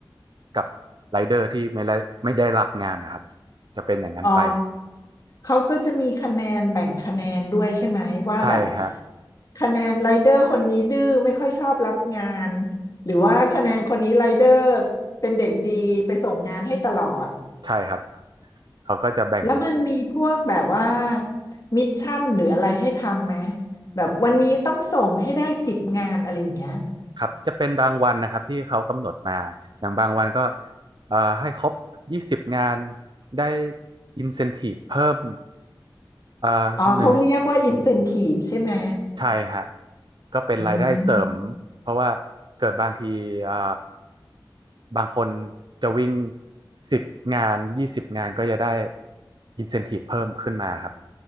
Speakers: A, on the right; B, on the left.
A: กับไรเดอร์ที่ไม่ได้ไม่ได้รับงานนะครับจะเป็นอย่างนั้นไป
B: อ๋อเขาก็จะมีคะแนนแบ่งคะแนนด้วยใช่ไหมว่าแบบ
A: ใช่ฮะ
B: คะแนนไรเดอร์คนนี้ดื้อไม่ค่อยชอบรับงานหรือว่าคะแนนคนนี้ไรเดอร์เป็นเด็กดีไปส่งงานให้ตลอด
A: ใช่ครับเขาก็จะแบ่ง
B: แล้วมันมีพวกแบบว่ามิชชั่นหรืออะไรให้ทำไหมแบบวันนี้ต้องส่งให้ได้สิบงานอะไรอย่างเงี้ย
A: ครับจะเป็นบางวันนะครับที่เขากำหนดมาอย่างบางวันก็เอ่อให้ครบยี่สิบงานได้อินเซนทีฟเพิ่มเอ่อหนึ่ง
B: อ๋อเขาเรียกว่าอินเซน i ี e ใช่ไหม
A: ใช่ฮะก็เป็นรายได้เสริมเพราะว่าเกิดบางทีเอ่อ
B: อืม
A: บางคนจะวิ่งสิบงานยี่สิบงานก็จะได้อินเซนทีฟเพิ่มขึ้นมาครับ